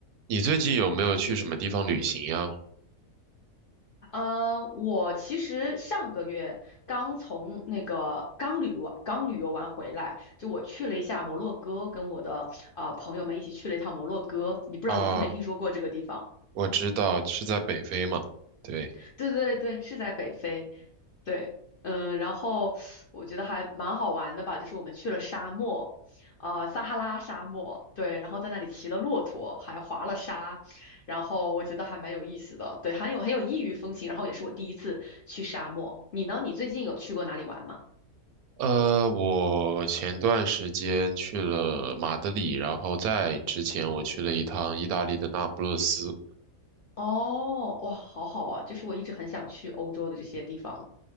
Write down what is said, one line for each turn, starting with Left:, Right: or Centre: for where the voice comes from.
Right: 你最近有没有去什么地方旅行呀？
Left: 呃，我其实上个月刚从那个刚旅完刚旅游完回来，就我去了一下摩洛哥，跟我的啊、呃朋友们一起去了一趟摩洛哥。你不知道你听没听说过这个地方？
Right: 啊，我知道是在北非嘛。对，
Left: <laughs> 对对对，是在北非。对，嗯，然后我觉得还蛮好玩的吧，就是我们去了沙漠，啊、撒哈拉沙漠，对，然后在那里骑了骆驼，还滑了沙，然后我觉得还蛮有意思的，对，很有很有异域风情，然后也是我第一次去沙漠。你呢？你最近有去过哪里玩吗？
Right: 呃，我前段时间去了马德里，然后在之前我去了一趟意大利的那不勒斯。
Left: 哦，哇，好好啊，就是我一直很想去欧洲的这些地方